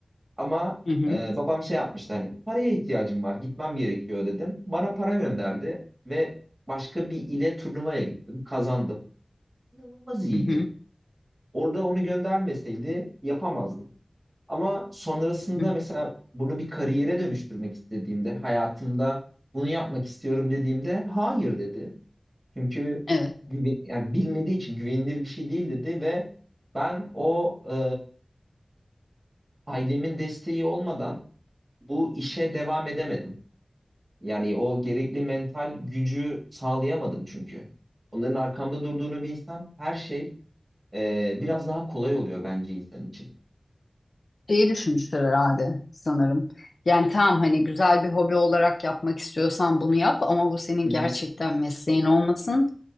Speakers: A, on the right; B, on the left.
A: Ama
B: hı hı,
A: e, babam şey yapmıştı hani paraya ihtiyacım var, gitmem gerekiyor dedim. Bana para gönderdi ve başka bir ile turnuvaya gittim, kazandım. İnanılmaz iyiydi.
B: hı hı.
A: Orada onu göndermeseydi yapamazdım. Ama sonrasında
B: hı hı.
A: mesela bunu bir kariyere dönüştürmek istediğimde, hayatımda bunu yapmak istiyorum dediğimde hayır dedi. Çünkü
B: Evet,
A: güven, yani bilmediği için güvenilir bir şey değil dedi ve ben o e, ailemin desteği olmadan bu işe devam edemedim. Yani o gerekli mental gücü sağlayamadım çünkü. Onların arkamda durduğunu bilsem her şey e, biraz daha kolay oluyor bence insan için.
B: şeyi düşünmüşler herhalde sanırım. Yani tamam hani güzel bir hobi olarak yapmak istiyorsan bunu yap ama bu senin
A: Hı hı,
B: gerçekten mesleğin olmasın.